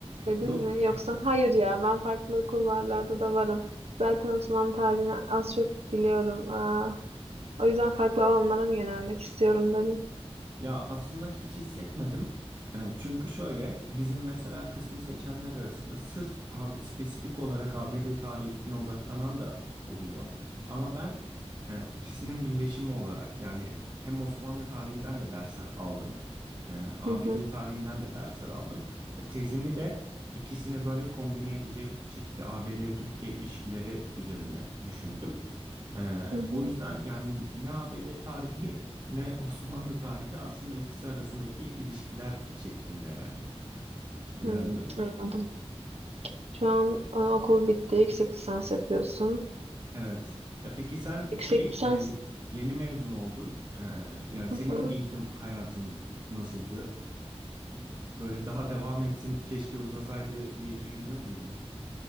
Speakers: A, on the right; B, on the right.
A: dedin
B: <laughs> Yok.
A: mi? Yoksa hayır ya ben farklı kulvarlarda da varım. Zaten Osmanlı tarihini az çok biliyorum. Aa, o yüzden farklı alanlara mı yönelmek istiyorum dedin.
B: Ya aslında hiç hissetmedim. Eee, çünkü şöyle bizim mesela kısmı seçenler arasında sırf A- spesifik olarak ABD tarihi üstüne odaklanan da oluyor. Ama ben e, ikisinin birleşimi olarak yani hem Osmanlı tarihinden de dersler aldım. e, ABD
A: Hı hı,
B: tarihinden de dersler aldım. Ya, tezimi de ikisini böyle kombine edecek şekilde ABD-Türkiye ilişkileri üzerine düşündüm. Ee,
A: hı hı.
B: o yüzden yani ne ABD tarihi ne Osmanlı tarihi aslında ikisi arasındaki ilişkiler şeklinde yani ilerliyorum.
A: Hı, anladım. Şu an aa, okul bitti, yüksek lisans yapıyorsun.
B: Evet. Ya peki sen
A: Yüksek
B: şey
A: lisans.
B: e, y- yeni mezun oldun. E, yani
A: Hı
B: senin
A: hı.
B: eğitim hayatın nasıldı? Böyle daha devam etsin keşke uzasaydı diye düşünüyor muydun?